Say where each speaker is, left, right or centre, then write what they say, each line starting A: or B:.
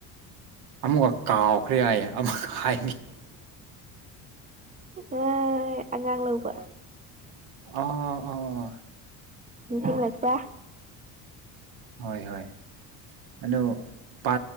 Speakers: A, on the right; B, on the right.
A: ꯑꯃꯨꯛꯀ ꯀꯥꯎꯈ꯭ꯔꯦ ꯍꯥꯏꯌꯦ ꯑꯃꯨꯛꯀ ꯍꯥꯏ
B: ꯑꯦ ꯑꯉꯥꯡ ꯂꯧꯕ
A: ꯑꯣ ꯑꯣ
B: ꯁꯤ ꯂꯄ
A: ꯍꯣꯏ ꯍꯣꯏ ꯑꯗꯨ ꯇ